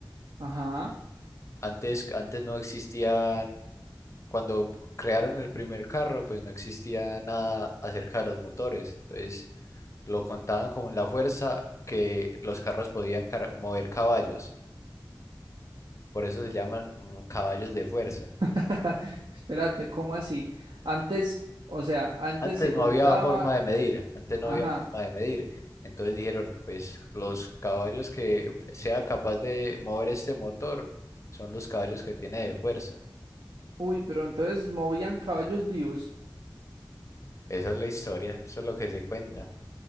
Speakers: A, on the right (about 80°); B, on the left (about 35°).
A: Ajá.
B: Antes, antes no existían. cuando crearon el primer carro, pues no existía nada acerca de los motores. Entonces lo contaban como la fuerza que los carros podían car- mover caballos. Por eso se llaman mm, caballos de fuerza.
A: <laughs> Espérate, ¿cómo así? Antes, o sea, antes
B: Antes
A: se contaba.
B: no había forma de medir, antes no
A: Ajá.
B: había forma de medir. Entonces dijeron, pues los caballos que sea capaz de mover este motor son los caballos que tiene de fuerza.
A: Uy, pero entonces movían caballos vivos.
B: Esa es la historia, eso es lo que se cuenta.